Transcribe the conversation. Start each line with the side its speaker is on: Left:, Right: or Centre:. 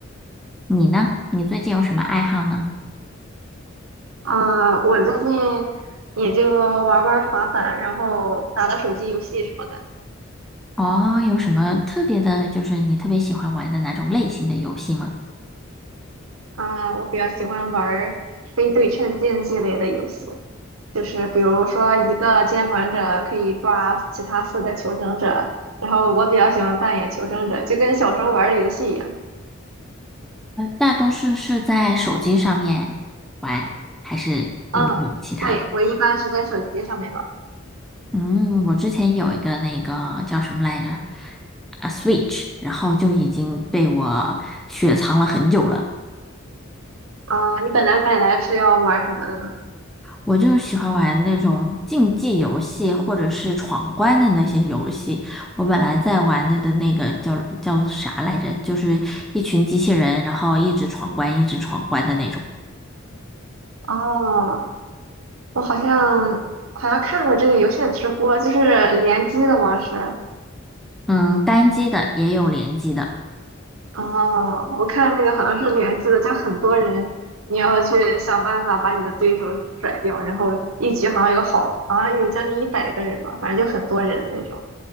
Centre: 你呢？你最近有什么爱好呢？
Right: 啊、我最近也就玩玩滑板，然后打打手机游戏什么的。
Centre: 哦，有什么特别的，就是你特别喜欢玩的哪种类型的游戏吗？
Right: 啊、我比较喜欢玩非对称竞技类的游戏。就是比如说一个监管者可以抓其他四个求生者，然后我比较喜欢扮演求生者，就跟小时候玩的游戏一样。
Centre: 大多数是在手机上面玩，还是你有其他的？
Right: 嗯，对，我一般是在手机上面玩。
Centre: 嗯，我之前有一个那个叫什么来着？啊，Switch，然后就已经被我雪藏了很久了。
Right: 嗯，你本来买来是要玩什么的呢？
Centre: 我就喜欢玩那种竞技游戏或者是闯关的那些游戏。我本来在玩的的那个叫叫啥来着？就是一群机器人，然后一直闯关，一直闯关的那种。
Right: 哦，我好像好像看过这个游戏的直播，就是联机的模式。
Centre: 嗯，单机的也有联机的。
Right: 哦，我看那个好像是联机的，就很多人，你要去想办法把你的对手甩掉，然后一局好像有好，好像有将近一百个人吧，反正就很多人的那种。